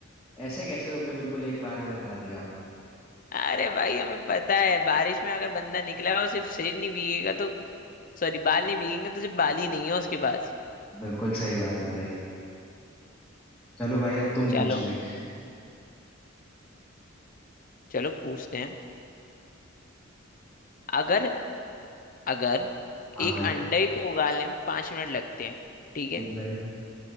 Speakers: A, in the centre; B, on the left.
A: ऐसे कैसे तुमने बिल्कुल एक बार में बता दिया
B: अरे भाई हमें पता है बारिश में अगर बंदा निकला और सिर्फ सिर नहीं भीगेगा तो सॉरी बाल नहीं भीगेंगे तो सिर्फ बाल ही नहीं है उसके पास
A: बिल्कुल सही बात है भाई चलो भाई अब तुम
B: चलो
A: पूछो एक
B: चलो पूछते हैं अगर अगर
A: हाँ
B: एक
A: भाई
B: अंडे को उगालने में पांच मिनट लगते हैं ठीक है
A: ठीक भाई